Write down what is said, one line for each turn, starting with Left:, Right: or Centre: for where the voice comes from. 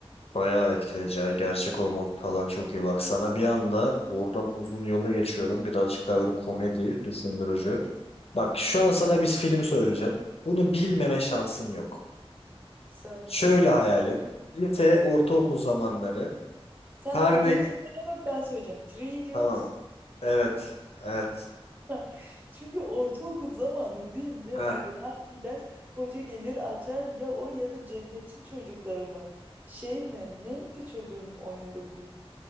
Left: Bayağı etkileyici. ya. Gerçek olması falan çok iyi. Bak sana bir anda oradan uzun yola geçiyorum. Birazcık daha böyle komedi, düşündürücü. Bak şu an sana bir film söyleyeceğim. Bunu bilmeme şansın yok.
Right: Söyle.
Left: Şöyle hayal et. Lise, ortaokul zamanları.
Right: Sen
Left: Perne
Right: adını söyleme ben söyleyeceğim. Three Idiots
Left: Tamam. Evet. Evet.
Right: <laughs> Çünkü ortaokul zamanı deyince
Left: Heh.
Right: abi hangi ders hoca gelir açar ya o ya da Cennetin Çocukları mı? Şey mi? Neydi çocuğun oynadığı film?